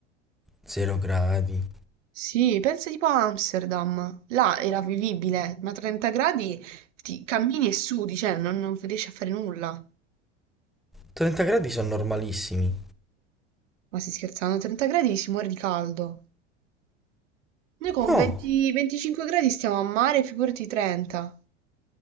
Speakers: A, in the centre; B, on the right.
A: 0 gradi.
B: Sì, pensa tipo a Amsterdam. Là era vivibile, ma 30 gradi ti cammini e sudi, cioè non, non riesci a fare nulla.
A: 30 gradi sono normalissimi.
B: Ma si scherzano, a 30 gradi si muore di caldo. Noi con
A: No,
B: 20 25 gradi stiamo a mare, figurati 30.